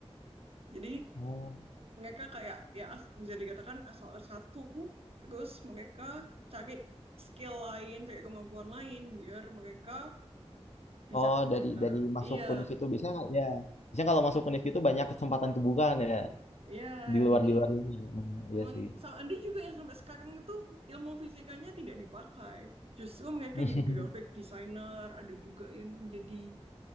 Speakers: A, on the right (about 60°); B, on the left (about 85°).
A: jadi
B: Oh.
A: mereka kayak ya as- bisa dikatakan asal satu terus mereka cari skill lain cari kemampuan lain biar mereka bisa
B: Oh,
A: kerja
B: dari dari masuk
A: iya
B: univ itu bisa nggak? Ya. Biasanya kalau masuk univ itu banyak kesempatan kebukaan ya
A: iya
B: di luar
A: jadi
B: di luar ini. Hmm,
A: teman
B: iya sih.
A: sama ada juga yang sampai sekarang itu ilmu fisikanya tidak dipakai justru mereka
B: <laughs>
A: jadi graphic designer ada juga yang jadi